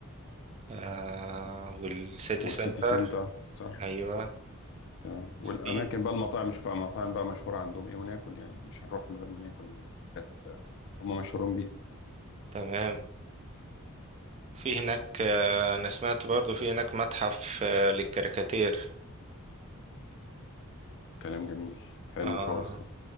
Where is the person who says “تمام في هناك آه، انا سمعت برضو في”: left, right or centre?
Right